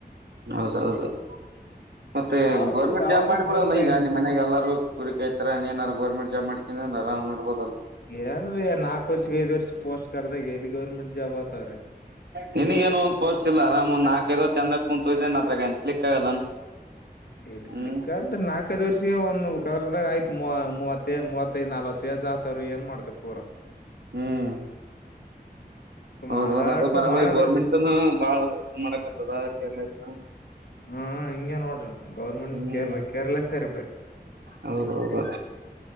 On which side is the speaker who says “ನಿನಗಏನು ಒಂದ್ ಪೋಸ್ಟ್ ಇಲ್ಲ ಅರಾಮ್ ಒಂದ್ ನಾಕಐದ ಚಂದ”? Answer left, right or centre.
Right